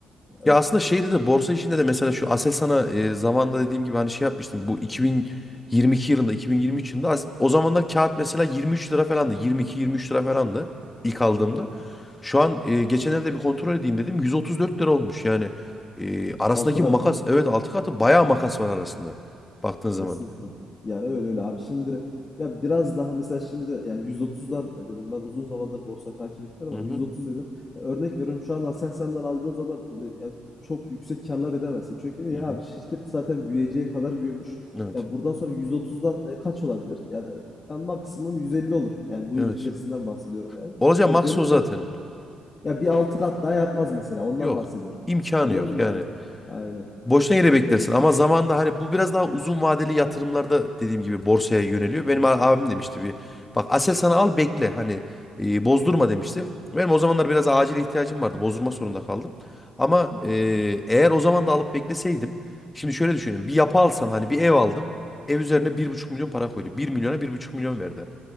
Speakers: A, on the left; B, on the left.
A: Evet
B: Ya aslında şeyde de borsa işinde de mesela şu Aselsan'a e, zamanında dediğim gibi hani şey yapmıştım. Bu 2022 yılında 2023 yılında as- o zamanlar kağıt mesela 23 lira falandı. 22-23 lira falandı ilk aldığımda.
A: doğru.
B: Şu an e, geçenlerde bir kontrol edeyim dedim. 134 lira olmuş yani. E, arasındaki
A: Altı katı
B: makas evet altı katı bayağı makas var arasında. Baktığın zaman.
A: kesinlikle. Yani öyle öyle abi. Şimdi ya biraz daha mesela şimdi yani 130'dan dedim ben uzun zamandır borsayı takip etmiyorum
B: Hı
A: ama
B: hı.
A: 130 dedim. Ya örnek veriyorum şu an Aselsan'dan aldığın zaman öyle yani çok yüksek karlar edemezsin. Çünkü niye
B: Hı hı.
A: abi şirket zaten büyüyeceği kadar büyümüş.
B: Evet.
A: Ya buradan sonra 130'dan e, kaç olabilir? Yani e, ben maksimum 150 olur. Yani bu
B: Evet.
A: yıl içerisinden bahsediyorum yani.
B: Olacak
A: Ya
B: maks
A: dönüp
B: o zaten.
A: de Ya bir altı kat daha yapmaz mesela. Ondan
B: Yok.
A: bahsediyorum.
B: İmkanı
A: Anladın
B: yok
A: mı
B: yani.
A: abi? Aynen.
B: Boşuna yere beklersin
A: Öyle değil.
B: ama zamanda hani bu biraz daha uzun vadeli yatırımlarda dediğim gibi borsaya yöneliyor. Benim a- abim demişti bir bak Aselsan'ı al bekle hani e, bozdurma demiştim. Benim o zamanlar biraz acil ihtiyacım vardı bozdurma zorunda kaldım. Ama
A: Hı hı.
B: e, eğer o zaman da alıp bekleseydim şimdi şöyle düşünüyorum bir yapı alsam hani bir ev aldım ev üzerine bir buçuk milyon para koydu bir milyona bir buçuk milyon verdi.